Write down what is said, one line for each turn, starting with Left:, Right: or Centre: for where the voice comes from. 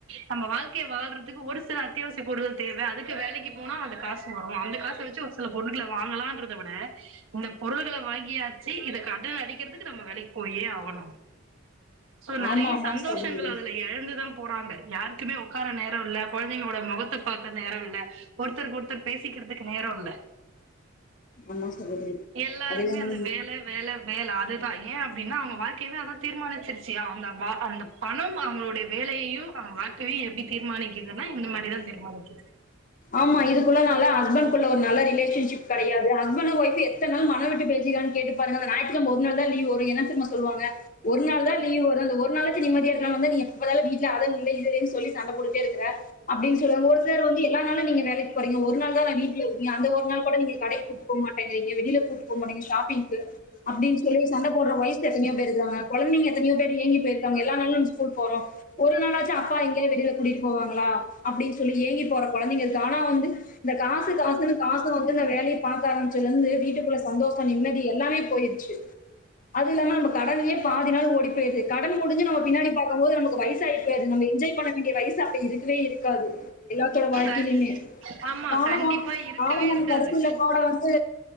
Right: நம்ம வாழ்க்கைய வாழ்றதுக்கு ஒரு சில அத்தியாவசிய பொருள்கள் தேவ அதுக்கு வேலைக்கு போனா அந்த காசு வரு அந்த காசு வச்சு ஒரு சில பொருள்கள வாங்கலான்றத விட இந்த பொருள்களை வாங்கியாச்சு இத கடன அடைக்கிறதுக்கு நம்ம வேலைக்கு போயே ஆகணும் சோ நெறைய
Left: ஆமா ஆமா
Right: சந்தோஷங்
Left: சகோதரி
Right: அதுல எழந்துதான் போறாங்க யாருக்குமே உட்கார நேரம் இல்ல கொழந்தைங்களோட முகத்த பாக்க நேர இல்ல ஒருத்தருக்கு ஒருத்தர் பேசிக்கிறதுக்கு நேர இல்ல
Left: ஆமா சகோதரி
Right: எல்லாருக்குமே
Left: அதுதா
Right: அந்த வேல வேல வேல அதுதா ஏ அப்படின்னா அவங்க வாழ்க்கையவே அதா தீர்மானிச்சிருச்சு அ அந்த வா அந்த பணம் அவங்களுடைய வேலையையு அவங்க வாழ்க்கையையு எப்படி தீர்மானிக்குதுன்னா இந்த மாரிதா தீர்மானிக்குது
Left: ஆமா இதுக்குள்ள நால ஹஸ்பண்ட் குள்ள ஒரு நல்ல ரிலேஷன்ஷிப் கடையாது ஹஸ்பண்ட் ஒய்ஃப் எத்தன நாள் மன விட்டு பேசிருக்காங்க கேட்டு பாருங்க அந்த ஞாயித்துகெழம ஒரு நாள் தா லீவு இதுல என்ன தெரியுமா சொல்லுவாங்க ஒரு நாளு தா லீவு வருது அந்த ஒரு நாளைக்கு நிம்மதியா இருக்கலான் வந்தா நீ எப்போ பாத்தாலு வீட்ல அத இல்ல இது இல்லனு சொல்லி சண்ட போட்டுட்டே இருக்கிற அப்படினு சொல்வாங்க ஒரு சிலர் வந்து எல்லா நாளும் நீங்க வே லைக்கு போறீங்க ஒரு நாள் தா நா வீட்ல இருக்கே அந்த ஒரு நாள் கூட நீங்க கடைக்கு கூட்டிட்டு போக மாட்டிங்கிறிங்க வெளில கூட்டி போ மாட்டிங்கிறீங்க ஷாப்பிங்க்கு அப்படினு சொல்லி சண்ட போட்ற ஒயிஃப் எத்தனையோ பேர் இருக்காங்க கொழந்தைங்க எத்தனையோ பேர் ஏங்கி போயிருக்காங்க எல்லா நாளு நம்ம ஸ்கூல் போறோ ஒரு நாளாச்சு அப்பா எங்கையாது வெளில கூட்டி போவாங்களா அப்டின்னு சொல்லி ஏங்கி போற கொழந்தைங்க தானா வந்து இந்த காசு காசுன்னு காசு வந்து இந்த வேலைய பாக்க ஆரம்பிச்சதுலருந்து வீட்டுக்குள்ள சந்தோஷ நிம்மதி எல்லாமே போயிருச்சு அது இல்லாம நம்ம கடனையே பாதி நாள் ஓடி போயிருது கடன் முடிஞ்சு நம்ம பின்னாடி பாக்கும் போது நமக்கு வயசாகி போயிருது நம்ம என்ஜாய் பண்ண வேண்டிய வயசு அப்ப இருக்கவே இருக்காது எல்லாக் தோட வாழ்க்கையிலயுமே
Right: அ ஆமா
Left: கால
Right: கண்டிப்பா இருக்கவே
Left: காலம்போன
Right: இருக்காது
Left: கடைசி <unintelligible> வந்து